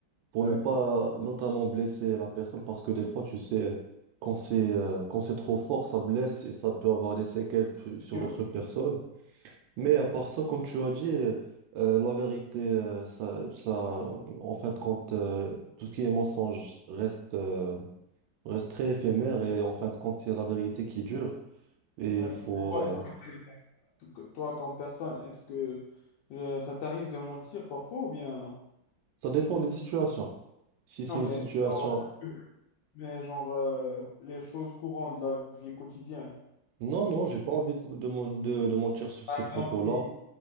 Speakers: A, on the right; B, on the left.
A: pour
B: ouais,
A: ne pas notamment blesser la personne parce que des fois, tu sais, quand c'est euh, quand c'est trop fort, ça blesse et ça peut avoir des séquelles p- sur
B: pur,
A: l'autre
B: ouais.
A: personne. Mais
B: Ouais.
A: à part ça, comme tu as dit, euh, euh, la vérité, euh, ça, ça, en fin de compte, euh, tout ce qui est mensonge reste, euh, reste très éphémère et en fin de compte, c'est la vérité qui dure. Et
B: Ouais.
A: faut,
B: Toi,
A: euh,
B: est-ce que que Toi, comme personne, est-ce que euh, ça t'arrive de mentir parfois ou bien...
A: ça dépend des situations. Si c'est
B: Non,
A: une
B: mais,
A: situation...
B: genre, mais genre euh, les choses courantes de la vie quotidienne.
A: Non, non, j'ai pas envie de, de, mon- de- de mentir sur
B: Par
A: ces
B: exemple,
A: propos-là.
B: si,